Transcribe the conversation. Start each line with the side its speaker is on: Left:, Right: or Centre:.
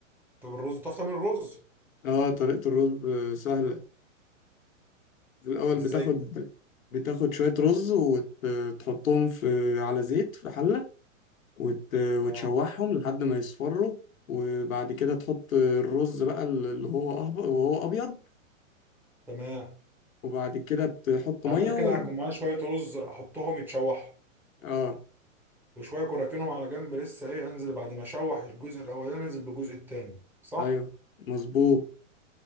Centre: طب الرز تعرف تعمل الرز
Left: اه طريقة الرز سهلة الأول
Centre: ازاي
Left: بتاخد بتاخد شوية رز وتحطهم في على زيت في حلة وت... وتشوحهم
Centre: اه
Left: لحد ما يصفروا وبعد كده تحط الرز بقى اللي هو أهبط وهو أبيض
Centre: تمام
Left: وبعد كده تحط
Centre: يعني
Left: مية
Centre: انا
Left: و...
Centre: كده هكون معايا شويه رز احطهم يتشوحوا
Left: آه
Centre: وشويه اكون راكنهم على جنب لسه ايه انزل بعد ما اشوح الجزء الاولاني انزل بالجزء التاني صح
Left: أيوه مظبوط